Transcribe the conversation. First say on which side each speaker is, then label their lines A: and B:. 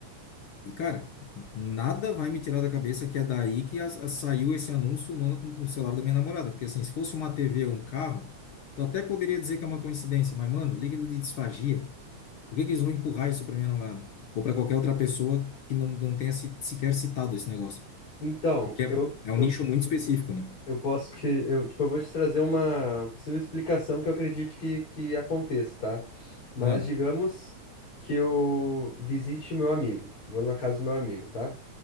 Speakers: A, on the left; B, on the left.
A: E, cara, nada vai me tirar da cabeça que é daí que as- as- saiu esse anúncio no, no celular da minha namorada. Porque, assim, se fosse uma TV ou um carro, tu até poderia dizer que é uma coincidência, mas, mano, líquido de disfagia. Por que que eles vão empurrar isso para minha namorada? Ou para qualquer outra pessoa que não, não tenha se, sequer citado esse negócio?
B: Então,
A: Porque é,
B: eu,
A: é um
B: eu
A: nicho muito específico, né?
B: Eu posso te, eu, tipo, eu vou te trazer uma possível explicação que eu acredite que, que aconteça, tá? Mas
A: Ah,
B: digamos que eu visite o meu amigo, vou na casa do meu amigo, tá?